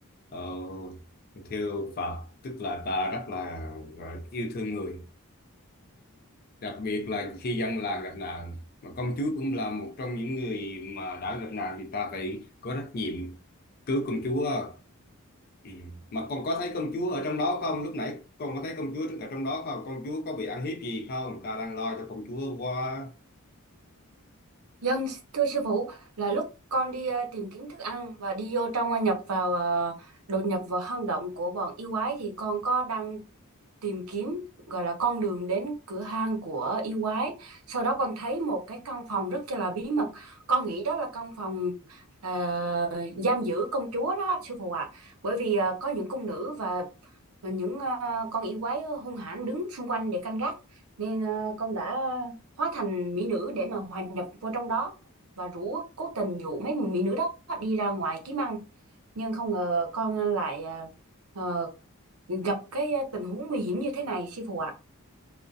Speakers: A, on the left; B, on the right.
A: ờ, theo Phật, tức là ta rất là, là yêu thương người. đặc biệt là khi dân làng gặp nạn mà công chúa cũng là một trong những người mà đã gặp nạn thì ta phải có trách nhiệm cứu công chúa ừ. mà con có thấy công chúa ở trong đó không lúc nãy con có thấy công chúa ở trong đó không công chúa có bị ăn hiếp gì không ta đang lo cho công chúa quá
B: Dân, thưa sư phụ, là lúc con đi ờ, tìm kiếm thức ăn và đi vô trong ờ, nhập vào ờ, đột nhập vào hang động của bọn yêu quái thì con có đang tìm kiếm gọi là con đường đến cửa hang của yêu quái. Sau đó con thấy một cái căn phòng rất là bí mật. Con nghĩ đó là căn phòng ờ, giam giữ công chúa đó, sư phụ ạ. Bởi vì ờ, có những cung nữ và những ờ, con yêu quái hung hãn đứng xung quanh để canh gác. Nên ờ, con đã hóa thành mỹ nữ để mà hòa nhập vô trong đó và rủ cố tình dụ mấy mỹ nữ đó đi ra ngoài kiếm ăn nhưng không ngờ con lại ờ, ờ, gặp cái ờ, tình huống nguy hiểm như thế này sư phụ ạ